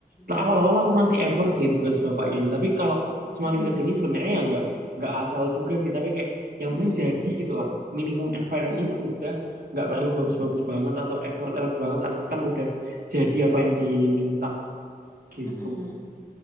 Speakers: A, on the right (about 70°); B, on the left (about 20°).
A: Nah,
B: ya
A: Awal-awal aku
B: kalau
A: masih effort sih tugas bapaknya ini, tapi kalau semakin
B: Mm-mm,
A: ke sini sebenarnya ya nggak nggak asal juga sih, tapi kayak yang
B: mm-mm,
A: penting jadi gitulah. Minimum environment
B: mm-mm,
A: tuh udah nggak perlu bagus-bagus
B: mm-mm,
A: banget atau effort-effort banget asalkan udah jadi apa yang diminta gitu.
B: mm-mm.